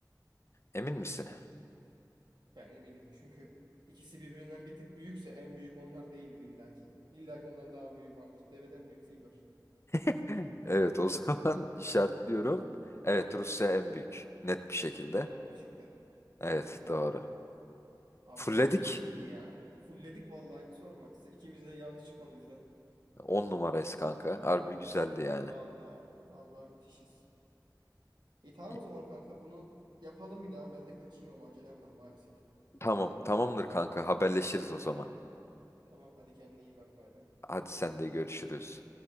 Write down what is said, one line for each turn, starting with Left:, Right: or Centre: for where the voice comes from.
Left: Emin misin? <clears throat>
Right: Ben eminim. Çünkü ikisi birbirinden bir tık büyükse en büyük onlar değildir illaki. İllaki ondan daha büyüğü vardır. Deveden büyük fil var.
Left: <laughs> Evet o zaman <laughs> işaretliyorum. Evet Rusya en büyük. Net bir şekilde.
Right: Doğru mu çıktı?
Left: Evet
Right: İyi.
Left: doğru.
Right: Abi
Left: Fulledik.
Right: çok keyifliydi ya. Fulledik vallahi hiç sorma. Size- İkimiz de yanlış çıkmadı bizden.
Left: 10 numarayız kanka. Harbi güzeldi yani.
Right: Vallahi. Vallahi müthişiz. İyi tamam
Left: İyi,
Right: o zaman kanka bunu yapalım bir daha. Ben de kaçayım ama acelem var maalesef.
Left: Tamam tamamdır kanka haberleşiriz o zaman.
Right: Tamam hadi kendine iyi bak bay bay.
Left: Hadi sen de görüşürüz.